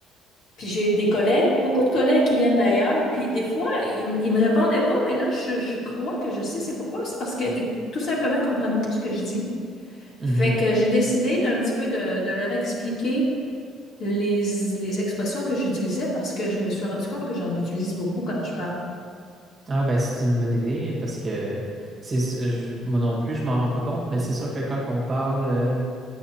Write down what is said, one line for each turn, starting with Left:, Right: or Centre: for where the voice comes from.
Left: puis j'ai des collègues, beaucoup de collègues qui viennent d'ailleurs. Puis des fois, ils, m- ils me répondaient pas, mais là, je, je crois que je sais c'est pourquoi. C'est parce qu'ils tout simplement ils comprennent pas ce que je dis.
Right: Mhm.
Left: Fait que j'ai décidé d'un petit peu de, de leur expliquer les, les expressions que j'utilisais parce que je me suis rendu compte que j'en utilise beaucoup quand je parle.
Right: Ah ben c'est une bonne idée parce que c'est je- moi non plus je m'en rends pas compte mais c'est sûr que quand on parle euh,